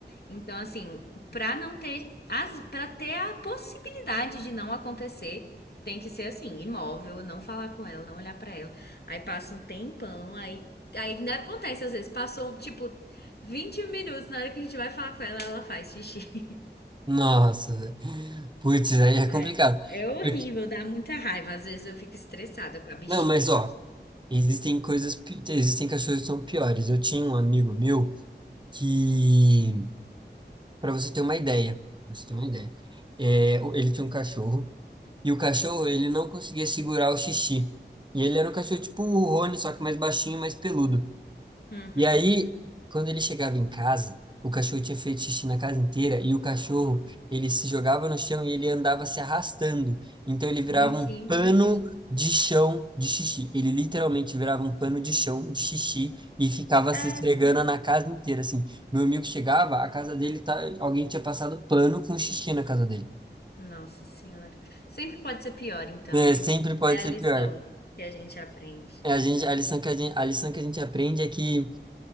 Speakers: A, on the left (about 60°); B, on the right (about 25°).
A: Então, assim, pra não ter. As, pra ter a possibilidade de não acontecer, tem que ser assim, imóvel, não falar com ela, não olhar pra ela. Aí passa um tempão, aí, aí ainda acontece, às vezes, passou, tipo, 20 minutos, na hora que a gente vai falar com ela, ela faz xixi. <laughs>
B: Nossa, velho. Putz, aí é
A: Ai,
B: complicado.
A: é horrível,
B: Porque-
A: dá muita raiva. Às vezes eu fico estressada com a bichinha,
B: Não, mas ó,
A: nossa.
B: existem coisas, pi- existem cachorros que são piores. Eu tinha um amigo meu que, pra você ter uma ideia, pra você ter uma ideia, é, o- ele tinha um cachorro e o cachorro, ele não conseguia segurar o xixi. E ele era um cachorro tipo o Rony, só que mais baixinho, mais peludo.
A: Uhum.
B: E aí, quando ele chegava em casa, o cachorro tinha feito xixi na casa inteira e o cachorro, ele se jogava no chão e ele andava se arrastando. Então ele virava
A: Em cima
B: um pano
A: do xixi.
B: de chão de xixi. Ele literalmente virava um pano de chão de xixi e ficava
A: É.
B: se esfregando na casa inteira, assim. Meu amigo chegava, a casa dele tá, alguém tinha passado pano com xixi na casa dele.
A: Nossa senhora. Sempre pode ser pior, então,
B: É,
A: né?
B: sempre
A: Essa
B: pode
A: é a
B: ser
A: lição
B: pior.
A: que a gente aprende.
B: É, a gente, a lição que a gente, a lição que a gente aprende é que